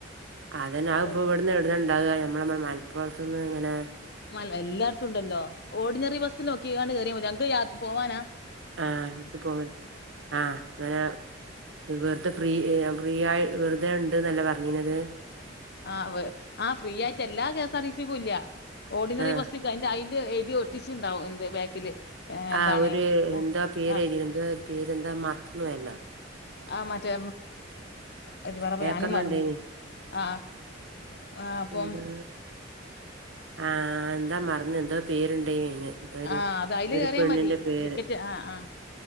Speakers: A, on the right; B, on the left.
A: അതന്നെ അഹ്
B: ഓ
A: പ്പ ഇവട്ന്ന് എവിട്ന്ന ണ്ടാവ ഞമ്മള മ മൽപ്പൊർത്ത്ന്ന് ങ്ങനെ.
B: മൽ എല്ലാട്ത്തുണ്ടല്ലോ ഓർഡിനറി ബസ്സിൽ നോക്കിക്കണ്ട് കേറ്യോമതി അൻക്ക് യാ പോവാന.
A: ആഹ് ഇൻക്ക് പോവ ആഹ് ങ്ങനെ. ഇ വെർതെ ഫ്രീ ഇ ഫ്രീയായി വെറുതെ ഇണ്ട് ന്നല്ലെ പർഞ്ഞീനത്.
B: ആഹ് വ്വ് ആ ഫ്രീയായിട്ടെല്ലാ K S R T C കൂല്ല ഓർഡിനറി
A: ആഹ്
B: ബസ്സി ത് അയിന്റെ അയില് എഴുതി ഒട്ടിച്ച്ണ്ടാവും എന്ത് ബാക്കില്. ഏഹ് എന്താണ്
A: ആഹ് ഒര് എന്തോ
B: ആഹ്
A: പേര്
B: ആഹ്
A: എഴുതിത് എന്തോരു പേരെന്താ മർന്ന്പോയല്ലോ.
B: ആഹ് മറ്റേ എന്ത് പാടപ്പ
A: പേപ്പറിലുണ്ടേനി
B: ഞാനും മർന്ന് ആഹ് ആഹ്. ആഹ് പ്പൊം
A: എന്താ ആഹ് ന്താ മർന്ന് എന്തോ പേരുണ്ടേയിന് അയിന്. എന്തോ ഒരു
B: ആഹ് അത് അയ്ല്
A: ഒരു
B: കേറ്യാ
A: പെണ്ണിന്റെ
B: മതി
A: പേര്
B: ടിക്കറ്റ് ആഹ് ആഹ്